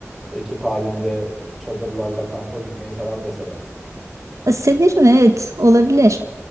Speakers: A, in the centre; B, on the right.
A: ekip halinde çadırlarla kampa gitmeyi falan da seversin.
B: E, Severim evet olabilir.